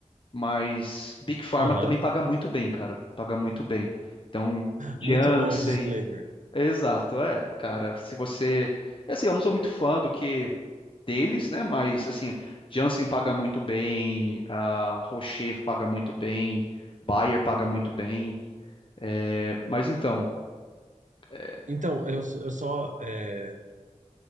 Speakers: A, on the left; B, on the right.
A: Mas Big Pharma
B: aham.
A: também paga muito bem, cara. Paga muito bem. Então,
B: Muito
A: Janssen.
B: bom o disclaimer.
A: Exato, é, cara. Se você. é Assim, eu não sou muito fã do que deles, né? Mas assim, Janssen paga muito bem, a Rocher paga muito bem, Bayer paga muito bem. É, mas então, eh,
B: Então, eu, eu só, é,